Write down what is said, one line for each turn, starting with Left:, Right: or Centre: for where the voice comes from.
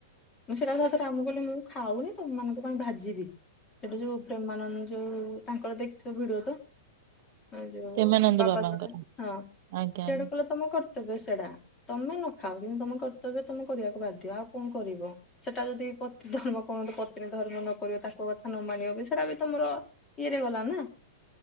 Left: ମୁଁ ସେଟା ସତ ଆ କହଲି ମୁଁ ଖାଉନି ତମ ମାନଙ୍କ ପାଇଁ ଭାଜିବି ସେଟୁ ଯୋଉ। ଯୋଉ ତାଙ୍କର ଦେଖିଥିବଭିଡିଓ ତ। ଆ ଯୋଉ
Right: ପ୍ରେମାନନ୍ଦ
Left: ବାବା
Right: ବାବାଙ୍କର
Left: <unintelligible>
Right: ଆଜ୍ଞା
Left: ସେଆଡେ
Right: ଆଜ୍ଞା
Left: ତମ କର୍ତ୍ତବ୍ୟ ସେଟା ତମେ ନ ଖାଅ କିନ୍ତୁ ତମ କର୍ତ୍ତବ୍ୟ ତମେ କରିବାକୁ ବାଧ୍ୟ ଆଉ କଣ କରିବ। ସେଟା ଯଦି ପତି ଧର୍ମ କଣ ପତ୍ନୀ ଧର୍ମ ନ କରିବ ତାଙ୍କ କଥା ନ ମାନିବ ବି ସେଇଟା ବି ତ ମୋର କିିଇରେ ଗଲା ନା